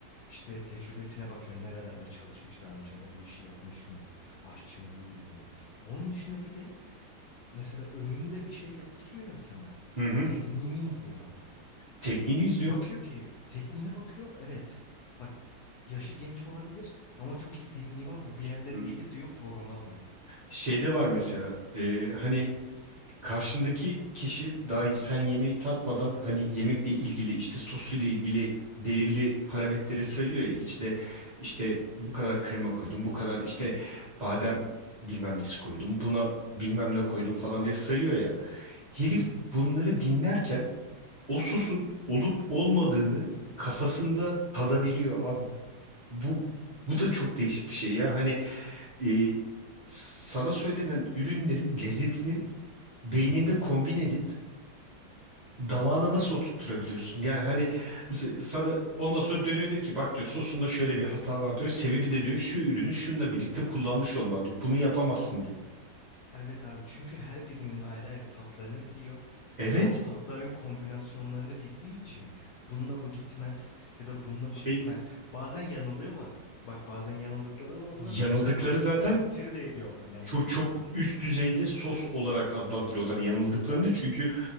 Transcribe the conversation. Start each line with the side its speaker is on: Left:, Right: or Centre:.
Left: İşte tecrübesine bakıyor nerelerde çalışmış daha önce ya da bu işi yapmış mı aşçı mı değil mi. Onun dışında bir de mesela önünde bir şey yaptırıyor ya sana
Right: Hı hı.
Left: tekniğini izliyor adam.
Right: Tekniğini izliyor.
Left: Bakıyor ki tekniğine bakıyor. Evet. Bak yaşı genç olabilir ama çok iyi tekniği var. Bu bir yerlere
Right: Hı.
Left: gelir diyor programı alıyor.
Right: Şeyde var mesela e, hani karşındaki kişi dahi sen yemeği tatmadan hani yemekle ilgili işte sosuyla ilgili belirli parametreleri sayıyor ya içine işte bu kadar krema koydum bu kadar işte badem bilmem nesi koydum buna bilmem ne koydum falan diye sayıyor ya herif
Left: Hı hı.
Right: bunları dinlerken o sosun olup olmadığını kafasında tadabiliyor abi Bu bu da çok değişik bir şey ya. Hani e, sana söylenen ürünlerin lezzetini beyninde kombin edip damağına nasıl oturtturabiliyorsun? Yani hani s- sana ondan sonra dönüyor diyor ki bak diyor sosunda şöyle bir hata var diyor. Sebebi de diyor şu ürünü şununla birlikte kullanmış olman diyor. Bunu yapamazsın diyor.
Left: Evet abi çünkü her birinin ayrı ayrı tatlarını biliyor
Right: Evet
Left: ve o tatların kombinasyonlarını bildiği için bununla bu gitmez ya da bununla
Right: şey
Left: bu gitmez. Bazen yanılıyorlar. Bak bazen yanıldıkları da oluyor
Right: yanıldıkları
Left: hatta böyle
Right: zaten
Left: takdir de ediyorlar yanıldıklarında.
Right: Çok çok üst düzeyde sos olarak adlandırıyorlar yanıldıklarını
Left: Evet.
Right: çünkü